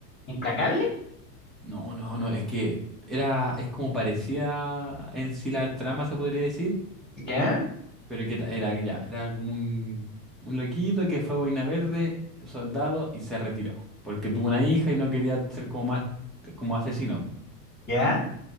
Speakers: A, on the left; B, in the centre.
A: ¿Implacable?
B: No, no, no, es que era, es como parecía en sí la trama, se podría decir,
A: ¿Ya?
B: pero que ta- era ya, era como un, un loquito que fue boina verde, soldado, y se retiró, porque tuvo una hija y no quería ser como más, como asesino,
A: ¿Ya?